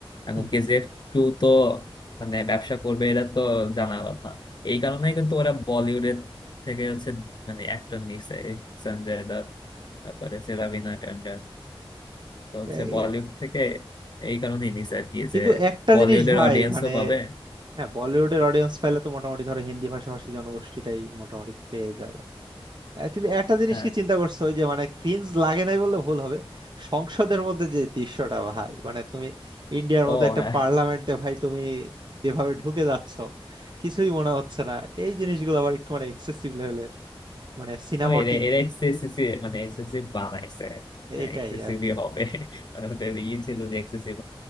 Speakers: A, on the left; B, on the right.
A: এখন
B: হুম।
A: কেজিএফ টু তো মানে ব্যবসা করবে এটা তো জানা কথা এই কারণেই কিন্তু ওরা বলিউডের থেকে হচ্ছে মানে অ্যাক্টর নিচ্ছে এই সঞ্জয় দত্ত তারপরে হচ্ছে রবিনা ট্যান্ডন তো হচ্ছে
B: এই,
A: বলিউড
B: আহ,
A: থেকে এই কারণেই নিচ্ছে আর কি
B: কিন্তু
A: যে
B: একটা
A: বলিউডের
B: জিনিস ভাই
A: অডিয়েন্সও
B: মানে
A: পাবে
B: হ্যাঁ বলিউডের অডিয়েন্স পাইলে তো মোটামুটি ধরো হিন্দি ভাষাভাষী জনগোষ্ঠীটাই মোটামুটি পেয়ে যাবে আহ, কিন্তু একটা জিনিস
A: হ্যাঁ
B: কি চিন্তা করছো ওই যে মানে ক্রিঞ্জ লাগে নাই বললে ভুল হবে সংসদের মধ্যে যে দৃশ্যটা ভাই মানে তুমি ইন্ডিয়ার মতো
A: ও
B: একটা
A: হ্যাঁ
B: পার্লামেন্টে ভাই তুমি যেভাবে ঢুকে যাচ্ছ কিছুই মনে হচ্ছে না এই জিনিসগুলো আবার একটু মানে এক্সেসিভ লেভেলের মানে সিনেমাটিক
A: তো এরা এরা এক্সেসিভ মানে এক্সেসিভ বানাইছে হ্যাঁ
B: এটাই
A: এক্সেসিভই
B: আর কি
A: হবে মানে ওদের ই ছিল যে এক্সেসিভ